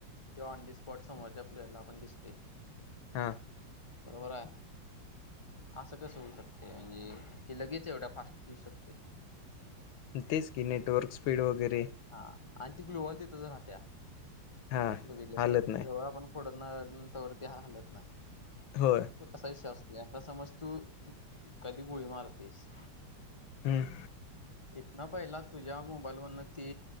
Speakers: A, on the left; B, on the left.
A: ते ऑन दी स्पॉट समोरच्या प्लेअरला पण दिसते.
B: हा.
A: बरोबर आहे असं कस होऊ शकते म्हणजे की लगेच एवढा फास्ट देऊ शकते.
B: तेच की नेटवर्क स्पीड वगैरे.
A: हा आणि ती ग्लोवाल तितच राहात्या
B: हां
A: बघितली
B: हालत
A: असत
B: नाही
A: जवळ आपण फोडनं तवर ती हा हालत नाही
B: होय
A: कसा विषय असतो. ते आता समज तू कधी गोळी मारतीस.
B: हम्म.
A: इथन पहिला तुझ्या मोबाईल वरन ती